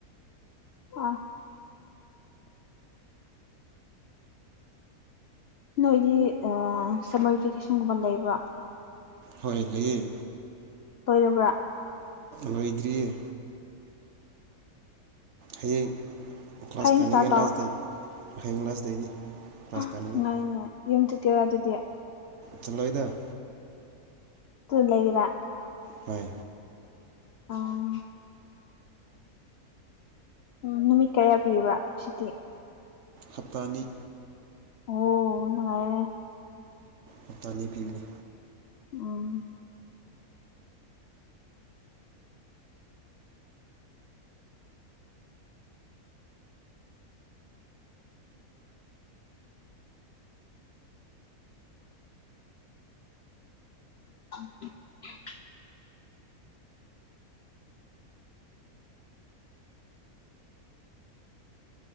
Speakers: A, on the left (about 65°); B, on the right (about 60°).
A: ꯑꯥ <unintelligible> ꯅꯣꯏꯗꯤ ꯁꯝꯃꯔ ꯚꯤꯀꯦꯁꯟꯒꯨꯝꯕ ꯂꯩꯕ꯭ꯔꯥ
B: ꯍꯣꯏ ꯂꯩꯌꯦ
A: ꯇꯣꯏꯔꯕ꯭ꯔꯥ
B: ꯂꯣꯏꯗ꯭ꯔꯤꯌꯦ ꯍꯌꯦꯡ ꯀ꯭ꯂꯥꯁ
A: ꯍꯌꯦꯡ
B: ꯀꯥꯅꯤꯡꯉꯦ
A: ꯏꯁꯇꯥꯔꯠ ꯇꯧ
B: ꯂꯥꯁꯗꯩ ꯍꯌꯦꯡ ꯂꯥꯁꯗꯩꯅꯤ ꯀ꯭ꯂꯥꯁ
A: ꯑꯣ
B: ꯀꯥꯅꯤꯡꯉꯦ
A: ꯅꯨꯡꯉꯥꯏꯅꯦ ꯌꯨꯝ ꯆꯨꯞꯠꯀꯦꯔꯣ ꯑꯗꯨꯗꯤ
B: ꯆꯂꯣꯏꯗ
A: UNINTELLIGIBLE ꯂꯩꯒꯤꯔ
B: ꯇꯣꯏ
A: ꯑꯥ ꯎꯝ ꯅꯨꯃꯤꯠ ꯀꯌꯥ ꯄꯤꯕ꯭ꯔꯥ ꯁꯨꯇꯤ
B: ꯍꯞꯇꯥꯅꯤ
A: ꯑꯣ
B: ꯍꯞꯇꯥꯅꯤ ꯄꯤꯕꯅꯤ
A: ꯎꯝ <unintelligible>